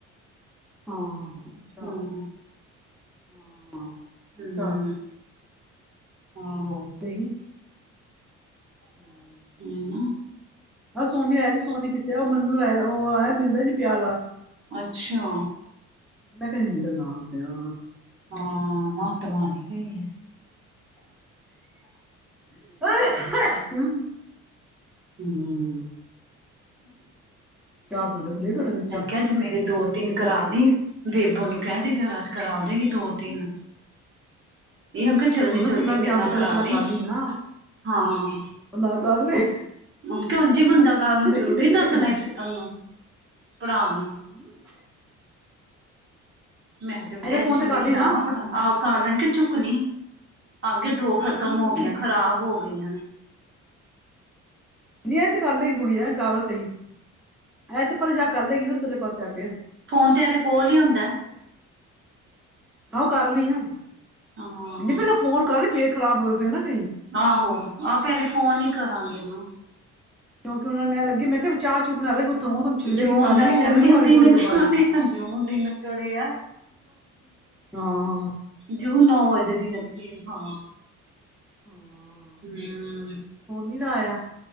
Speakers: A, in the centre; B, on the right.
A: ਹਾਂ ਅੱਛਾ,
B: ਹੂੰ-ਹੂੰ
A: ਹਾਂ।
B: ਹੂੰ,
A: ਅੱਛਾ
B: ਆਹੋ।
A: ਨਹੀਂ। ਹੂੰ।
B: ਹੂੰ ਨਾ।
A: ਆਹ ਸੋਨੀ ਆਏ ਤੇ ਸੋਨੀ ਕਿਤੇ ਉਹ ਮੰਨੂੰ ਆ ਉਹ ਆਇਆ ਮਿਲਦਾ ਨੀ ਪਿਆ।
B: ਅੱਛਾ।
A: ਮੈਂ ਕਿਹਾ ਮੁੰਡਾ ਨਾਲ ਸਿਆ।
B: ਹਾਂ, ਮੱਤ ਮਾਰੀ ਗਈ ਹੈ।
A: ਅ ਹ ਹ।
B: ਹੂੰ।
A: 'ਚ ਬਣਾਦੇ ਬੜੀਆ ਘੜਾ ਦੇ।
B: ਮਨ ਕਿਹਾ ਜ ਮੇਰੇ ਦੋ-ਤਿੰਨ ਕਰਾ ਦੀ, ਬੇਬੋ ਨੂੰ ਕਹਿ ਦੀ ਜਰਾ ਅਜੱ ਕਰਾ ਦੇਗੀ ਦੋ-ਤਿੰਨ। ਇਹ ੳਨ ਕਿਹ ਜਲਦੀ-ਜਲਦੀ
A: ਤੂੰ ਨਾ ਸਿਮਰਨ
B: ਮੇਰੇ
A: ਤੇ ਆਣ
B: ਨਾ
A: ਤੋਂ ਪਹਿਲਾਂ
B: ਕਰਾ
A: ਪਹਿਲਾਂ
B: ਦੀ
A: ਕਰ
B: ਆ।
A: ਲਈ ਨਾ
B: ਹਾਂ,
A: ਉਹ ਨਾ ਕਰ ਲਈ
B: ਕਿ ਹਣ ਜ ਬੰਦਾ ਗੱਲ ਨੂੰ
A: ਤੇਰੇ
B: ਜ਼ਰੂਰੀ
A: ਕਿੰਨੇ ਕਿੰਨੇ
B: ਦੱਸਣਾ
A: ਕਿੰਨਾ
B: ਸੀ। ਤੁਹਾਨੂੰ ਭਰਾ ਨੂੰ।
A: ਹਮ।
B: ਮੈਂ ਤੇ ਵੀ
A: ਇਹਨੇ
B: ਟੈਨਸ਼ਨ
A: ਫੋਨ ਕਰ
B: ਵੀ
A: ਲਈ
B: ਮਿਟਾਵਾਂ,
A: ਨਾ
B: ਬੜਾ ਆ ਕਰ ਲੈਣ ਕੇ ਚੁੱਕ ਲਈ -ਆ ਗੇ ਦੋ। ਖ਼ਤਮ
A: ਹੂੰ
B: ਹੋ ਗਈਆਂ ਖ਼ਰਾਬ ਹੋ ਗਈਆਂ ਨੇ।
A: ਨੀ ਇਹ ਤੇ ਕਰ ਲੈਗੀ ਕੁੜੀ ਐ ਦਦਾ ਤੇਈ ਐ ਤੇ ਪਰ ਜਾ ਕਰ ਲੈਗੀ ਨਾ ਇਧਰ ਲੇ ਪਾਸੇ ਆ ਕੇ।
B: ਫ਼ੋਨ ਤੇ ਇਹਦੇ ਕੋਲ ਹੀ ਹੁੰਦਾ ਹੈ।
A: ਹ ਆ ਕਰ ਲਈ ਆ ਨਹੀਂ,
B: ਹਾਂ
A: ਪਹਿਲਾਂ ਫੋਨ ਕਰ ਲਈ ਫੇਰ ਖ਼ਰਾਬ ਹੋ ਗਏ ਫੇਰ ਨਾ ਕਈ।
B: ਆਹੋ, ਆਹ ਪਹਿਲੇ ਫੋਨ ਹੀ ਕਰਾਂਗੇ ਇਹਨੂੰ।
A: ਕਿਉਂਕਿ ਉਹਨਾਂ ਨੂੰ ਐ ਲਗੇ, ਮੈਂ ਕਿਹਾ ਵੀ ਚਾਹ ਚੂ ਬਣਾ ਲੈਉ ਗੀਈ
B: ਜੋ
A: ਕੱਲ ਹੀ ਹੁਣ
B: ਕਰਨੀ
A: ਇਹਨੂੰ ਕਰ
B: ਦਿਨ
A: ਥੋੜੀ ਦੇਰ
B: ਚੜਿਆ
A: ਬਾਅਦ
B: ਜੋ ਦਿਨ ਚੜਿਆ
A: ਹਾਂ ਹਾਂ
B: ਜ ਨੌ ਵਜੇ ਦੀ ਲੱਗੀ ਹਾਂ
A: ਹਾਂ
B: ਹਮ
A: ਸੋਨੀ ਦਾ ਆਇਆ,